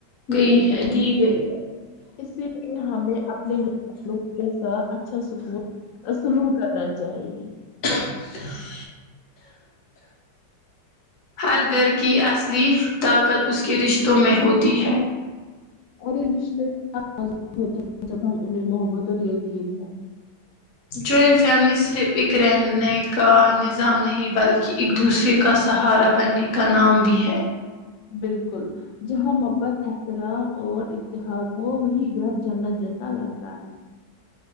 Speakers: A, on the left; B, on the left.
A: گئی ہے دی گئی ہے
B: اسی لیے ہمیں اپنے گ کے ساتھ اچھا سکون سلوک کرنا چاہیے
A: <inaudible> ہر گھر کی اصلی طاقت اس کے رشتوں میں ہوتی ہے
B: اور یہ رشتے ہوتے ہیں جب ہم انہیں محبت اور یقین ہوں
A: جوائنٹ فیملی صرف ایکک رہنے کا نظام نہیں بلکہ ایک دوسرے کا سہارا بننے کا نام بھی ہے
B: بالکل جہاں محبت احترام اور اتحاد ہو وہی گھر جنت جیسا لگتا ہے